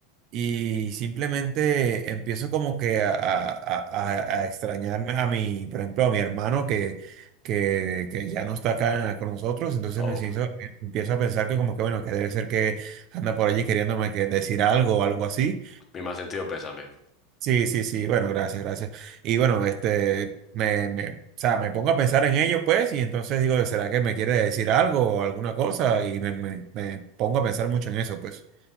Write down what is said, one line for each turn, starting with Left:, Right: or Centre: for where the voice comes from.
Right: y simplemente empiezo como que a, a- a- a- a extrañarme a mi, por ejemplo, a mi hermano que, que, que ya no está acá con nosotros, entonces
Left: Oh,
Right: me siento, empiezo a pensar que como que bueno, que debe ser que anda por allí queriéndome que decir algo o algo así.
Left: mi más sentido pésame.
Right: Sí, sí, sí, bueno, gracias, gracias. Y bueno, este, me, me, o sea, me pongo a pensar en ello, pues, y entonces digo, ¿será que me quiere decir algo o alguna cosa? Y me, me, me pongo a pensar mucho en eso, pues.